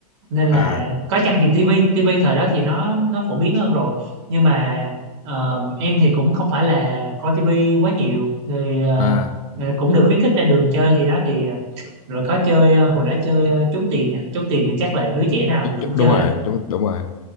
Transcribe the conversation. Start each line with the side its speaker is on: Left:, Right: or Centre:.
Right: nên là
Left: à
Right: có chăng thì tivi tivi thời đó thì nó nó phổ biến hơn rồi nhưng mà ờ, em thì cũng không phải là coi tivi quá nhiều thì ờ,
Left: à
Right: ờ, cũng được khuyến khích ra đường chơi thì đó thì ờ, rồi có chơi ờ, hồi đó chơi ờ, trốn tìm nè trốn tìm thì chắc là đứa trẻ nào
Left: ch-
Right: thì
Left: ch-
Right: cũng
Left: đúng
Right: chơi
Left: rồi
Right: rồi
Left: đúng, đúng rồi